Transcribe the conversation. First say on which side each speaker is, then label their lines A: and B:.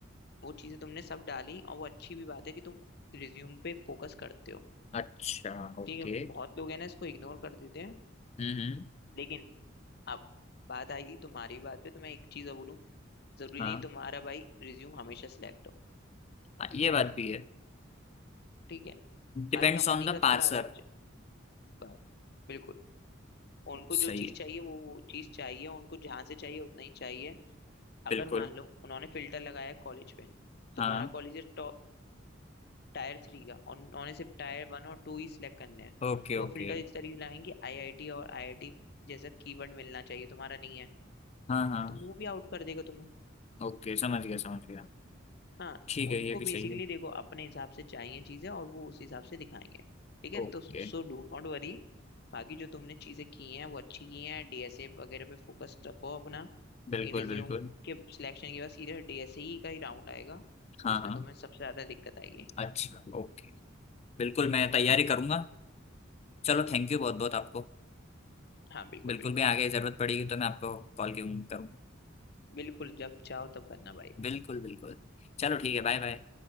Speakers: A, on the left (about 50°); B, on the left (about 30°).
A: वो चीजें तुमने सब डाली और वो अच्छी भी बात है कि तुम रिज्यूम पे फोकस करते हो
B: अच्छा ओके
A: ठीक है बहुत लोग है ना इसको इग्नोर कर देते हैं
B: हम्म हम्म
A: लेकिन अब बात आई तुम्हारी बात पे तो मैं एक चीज और बोलूँ जरूरी
B: हाँ
A: नहीं तुम्हारा भाई रिज्यूम हमेशा सिलेक्ट हो
B: हाँ, ये बात भी है
A: ठीक है
B: Depends
A: हर कंपनी
B: on the
A: का
B: parser
A: थोड़ा अलग बात बिल्कुल उनको
B: सही
A: जो चीज
B: है
A: चाहिए वो वो चीज चाहिए उनको जहां से चाहिए उतना ही चाहिए
B: बिल्कुल
A: अगर मान लो उन्होंने फिल्टर लगाया कॉलेज पे
B: हाँ
A: तुम्हारा कॉलेज है टॉप टायर थ्री का और उन्होंने सिर्फ टायर वन और टू ही सिलेक्ट करने हैं
B: Okay
A: तो वो
B: okay
A: फिल्टर इस तरीके से लगाएंगे आईआईटी और आईआईटी जैसा कीवर्ड मिलना चाहिए तुम्हारा नहीं है
B: हाँ हाँ
A: तो वो भी आउट कर देगा तुम्हें
B: ओके समझ गया समझ गया
A: हाँ
B: ठीक है
A: उनको
B: ये
A: बेसिकली
B: भी सही है
A: देखो अपने हिसाब से चाहिए चीजें और वो उस हिसाब से दिखाएंगे ठीक है
B: ओके
A: तो सो डू नॉट वरी बाकी जो तुमने चीजें की हैं वो अच्छी की हैं डीएसए वगैरह पे फोकस रखो अपना
B: बिल्कुल
A: रिज्यूम
B: बिल्कुल
A: के सिलेक्शन के बाद सीधे डीएसई का ही राउंड आएगा
B: हाँ
A: जिसमें
B: हाँ
A: तुम्हें सबसे ज्यादा दिक्कत आएगी
B: अच्छा ओके बिल्कुल
A: बिल्कुल
B: मैं तैयारी करूंगा चलो थैंक यू बहुत बहुत आपको
A: हाँ बिल्कुल
B: बिल्कुल
A: बिल्कुल
B: भी आगे जरूरत पड़ेगी तो मैं आपको कॉल करूंगा
A: बिल्कुल जब चाहो तब करना भाई
B: बिल्कुल बिल्कुल चलो ठीक है बाय बाय